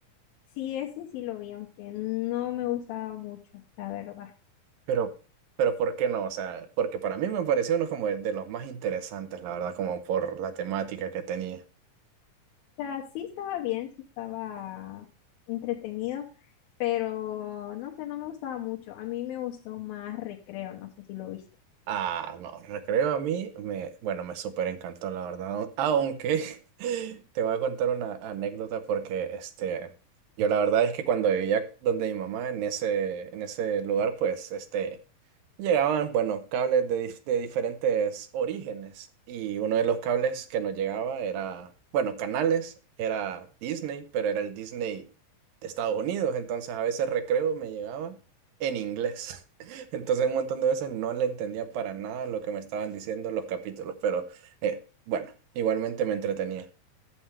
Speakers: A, on the left; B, on the right.
A: Sí, ese sí lo vi, aunque no me gustaba mucho, la verdad.
B: Pero, pero ¿por qué no? O sea, porque para mí me pareció uno como de, de los más interesantes, la verdad, como por la temática que tenía.
A: O sea, sí estaba bien, sí estaba entretenido, pero no sé, no me gustaba mucho. A mí me gustó más Recreo, no sé si lo viste.
B: Ah, no, recreo a mí, me, bueno, me súper encantó, la verdad. Aunque <laughs> te voy a contar una anécdota porque este, yo la verdad es que cuando vivía donde mi mamá, en ese, en ese lugar, pues este, llegaban, bueno, cables de, dif- de diferentes orígenes. Y uno de los cables que nos llegaba era, bueno, canales, era Disney, pero era el Disney de Estados Unidos. Entonces a veces recreo me llegaba en inglés. Entonces un montón de veces no le entendía para nada lo que me estaban diciendo los capítulos, pero eh, bueno, igualmente me entretenía.